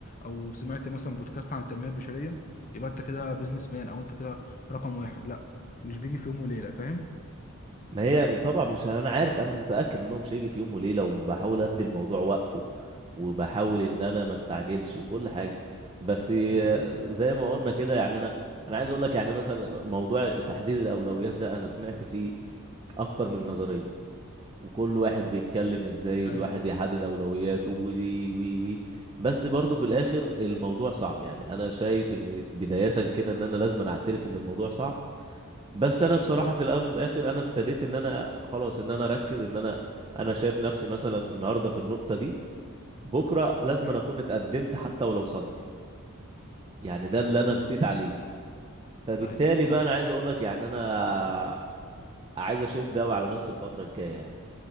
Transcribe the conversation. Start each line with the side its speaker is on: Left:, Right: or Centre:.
Left: او سمعت مثلا بودكاست عن التنميه البشريه يبقى انت كده بيزنس مان او انت كده رقم واحد لا مش بيجي في يوم وليله فاهم
Right: ما هي طبعا مش ه- انا عارف انا متاكد انه مش هيجي في يوم وليله وبحاول ادي الموضوع وقته وبحاول ان انا ما استعجلش وكل حاجه بس
Left: بالظبط كده
Right: زي ما قلنا كده يعني انا انا عايز اقول لك يعني مثلا موضوع تحديد الاولويات ده انا سمعت فيه اكتر من نظريه وكل واحد بيتكلم ازاي
Left: ايوه
Right: الواحد
Left: ايوه
Right: يحدد اولوياته وي وي وي بس برضه في الاخر الموضوع صعب يعني انا شايف ان بدايه كده ان انا لازم أنا اعترف ان الموضوع صعب بس انا بصراحه
Left: بالظبط
Right: في الاول وفي الاخر انا ابتديت ان انا خلاص ان انا اركز ان انا انا شايف نفسي مثلا النهارده في النقطه دي بكره لازم
Left: أيوة.
Right: أنا اكون اتقدمت حتى ولو صدي يعني ده اللي انا
Left: ايوه
Right: رسيت عليه فبالتالي
Left: ايوه
Right: بقى انا عايز اقول لك يعني انا عايز اشد قوي على نفسي الفتره الجايه يعني